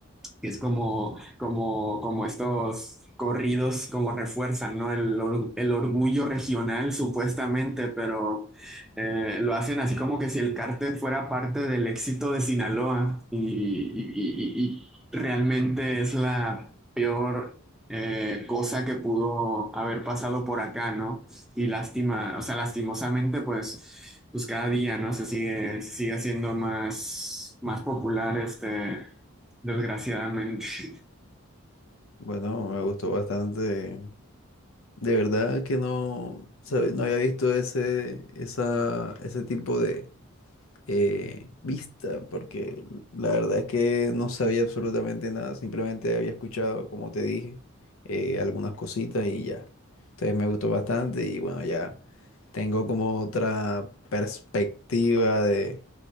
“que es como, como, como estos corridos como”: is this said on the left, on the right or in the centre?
Centre